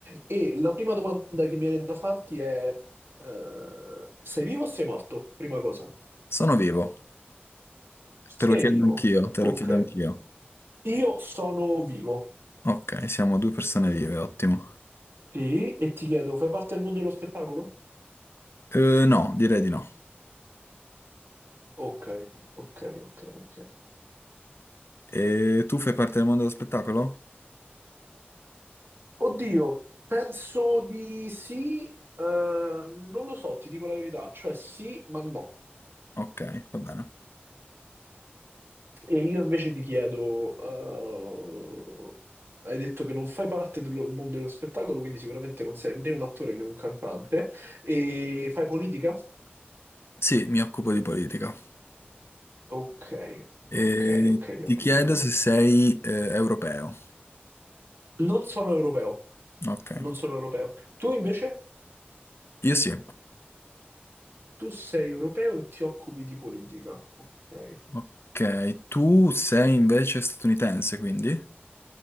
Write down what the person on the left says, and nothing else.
Sono vivo, te
lo chiedo
anch'io, te
lo chiedo anch'io.
Ok, siamo due persone vive, ottimo.
Eh, no, direi di no.
E tu fai parte del mondo dello spettacolo?
Ok, va bene.
Sì, mi occupo di politica.
E
ti
chiedo
se sei eh, europeo.
Ok,
io sì.
Ok, tu sei invece statunitense, quindi?